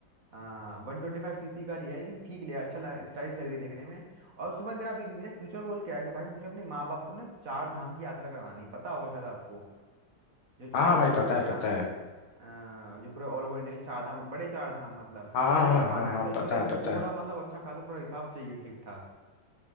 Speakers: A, on the right (about 45°); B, on the left (about 80°).
A: आ, वन ट्वेंटी फाइव सीसी का लिया लेकिन ठीक लिया अच्छा स्टाइलिश लग रही देखने में और सुबह मेरा अभी मेरा फ्यूचर गोल क्या है कि भाई मुझे अपने माँ बाप को ना चार धाम की यात्रा करवानी है, पता होगा शायद आपको जो चार
B: हाँ भाई
A: धाम
B: पता
A: होते
B: है
A: हैं
B: पता
A: आपके अ,
B: है
A: जो पूरे ऑल ओवर इंडिया के चार धाम बड़े चार धाम मतलब
B: हाँ हाँ
A: वो
B: हाँ
A: करवाना
B: हाँ
A: है
B: हाँ
A: तो उसके
B: पता
A: लिए भाई
B: है पता
A: थोड़ा
B: है
A: मतलब अच्छा खासा थोड़ा हिसाब चाहिए ठीक ठाक